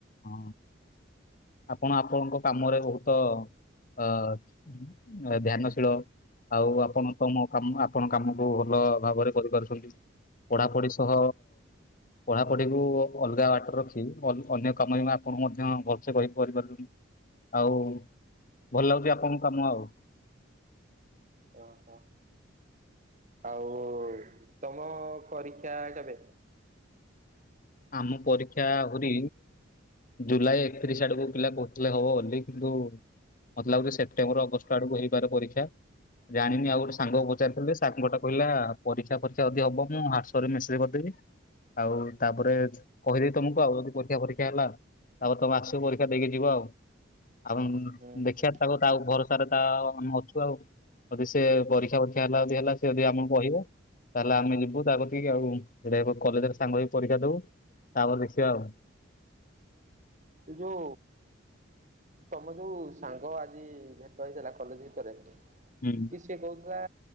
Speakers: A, on the left (about 45°); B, on the right (about 40°).
A: ହଁ ଆପଣ ଆପଣଙ୍କ କାମରେ ବହୁତ ଅ ଇ ଧ୍ୟାନଶୀଳ ଆଉ ଆପଣ ତମ କାମ ଆପଣ କାମକୁ ଭଲ ଭାବରେ କରିପାରୁଚନ୍ତି। ପଢାପଢି ସହ ପଢାପଢିକୁ ଅଲଗା ବାଟରେ ରଖି, ଅ- ଅନ୍ୟ <unintelligible> ଆପଣଙ୍କୁ ମଧ୍ୟ ଭଲସେ କହି କରି ପାରିପାରୁନି ଆଉ ଭଲ ଲାଗୁଚି ଆପଣଙ୍କୁ କାମ ଆଉ।
B: ଓ ହ। ଆଉ ତମ ପରୀକ୍ଷା କେବେ?
A: ଆମ ପରୀକ୍ଷା ଆହୁରି ଜୁଲାଇ ଏକତିରିଶ ଆଡକୁ ପିଲା କହୁଥିଲେ ହବ ବୋଲି, କିନ୍ତୁ ମତେ ଲାଗୁଚି ସେପ୍ଟେମ୍ବର ଅଗଷ୍ଟ ଆଡକୁ ହେଇପାରେ ପରୀକ୍ଷା, ଜାଣିନି ଆଉ ସାଙ୍ଗକୁ ପଚାରୁଥିଲି ଯେ ସାଙ୍ଗ ଗୋଟା କହିଲା ପରୀକ୍ଷା <unintelligible> ଯଦି ହବ ମୁଁ ହ୍ୱାଟ୍ସପରେ ମେସେଜ କରିଦେବି। ଆଉ ତାପରେ କହିବି ତମକୁ ଆଉ ଯଦି ପରୀକ୍ଷା ଫରୀକ୍ଷା ହେଲା, ତାପରେ ତମେ ଆସିବ ପରୀକ୍ଷା ଦେଇକି ଯିବ ଆଉ। ଆଉ
B: ହୁଁ
A: ଦେଖିଆ
B: ହୁଁ
A: ତାକୁ ତା ଭରସାରେ ତା ଆମେ ଅଛୁ ଆଉ। ଯଦି ସେ ପରୀକ୍ଷା ଫରୀକ୍ଷା ହେଲା ଯଦି ହେଲା, ସେ ଯଦି ଆମକୁ କହିବ। ତାହେଲେ ଆମେ ଯିବୁ ତା କତିକି ଆଉ, <unintelligible> କଲେଜରେ ସାଙ୍ଗ ହେଇକି ପରୀକ୍ଷା ଦବୁ ତାପରେ ଦେଖିବା ଆଉ।
B: ତୁ ଯୋଉ ତମ ଯୋଉ ସାଙ୍ଗ ଆଜି ଭେଟ ହେଇଥିଲା କଲେଜ ଭିତରେ,
A: ହୁଁ
B: କି ସିଏ କ ହିଲା